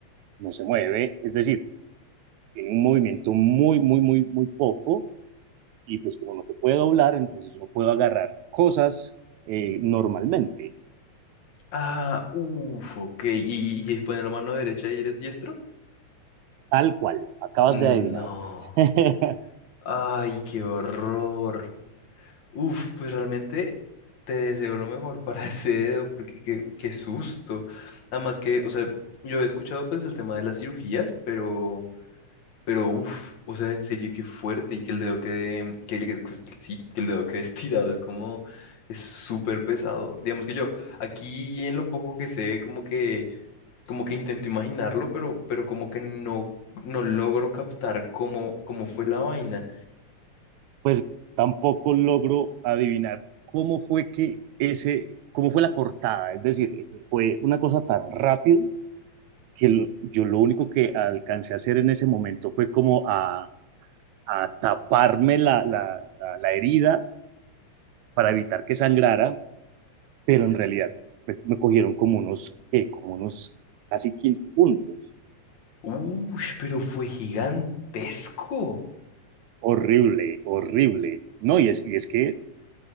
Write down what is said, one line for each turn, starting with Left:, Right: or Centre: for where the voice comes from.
Right: no se mueve, es decir, tiene un movimiento muy, muy, muy, muy poco y pues como no te puedo doblar, entonces no puedo agarrar cosas eh, normalmente,
Left: Ah, uf, ok. ¿Y, y, y fue en la mano derecha y eres diestro?
Right: tal cual, acabas
Left: No.
Right: de adivinar. <laughs>
Left: Ay, qué horror. Uf, pues realmente te deseo lo mejor para <laughs> ese dedo, porque qué, qué susto. Además que, o sea, yo he escuchado pues el tema de las cirugías, pero Pero uff, o sea, en serio, qué fuerte y que el dedo quede, que, el- que- pues, sí, que el dedo quede <laughs> estirado, es como, es súper pesado. Digamos que yo, aquí en lo poco que sé, como que, como que intento imaginarlo, pero, pero como que no, no logro captar cómo, cómo fue la vaina.
Right: Pues tampoco logro adivinar cómo fue que ese, cómo fue la cortada, es decir, fue una cosa tan rápido que lo- yo lo único que alcancé a hacer en ese momento fue como a, a taparme la, la, la, la herida para evitar que sangrara, pero en realidad me, me cogieron como unos, ¿qué? Como unos casi 15 puntos.
Left: Uff, pero fue gigantesco.
Right: Horrible, horrible. No, y es, y es que